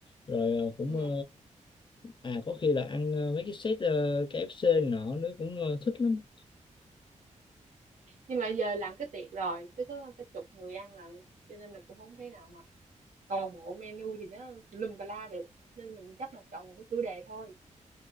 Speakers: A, on the left (about 40°); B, on the right (about 80°).
A: rồi ờ, cũng
B: Ừ.
A: ờ, à có khi là ăn ờ, mấy cái set ờ, KFC này nọ nữa cũng ờ, thích lắm
B: nhưng mà giờ làm cái tiệc rồi tới có cái chục người ăn lận cho nên là cũng không thể nào mà toàn bộ menu thì nó lùm tà la được nên mình chắc là chọn một cái chủ đề thôi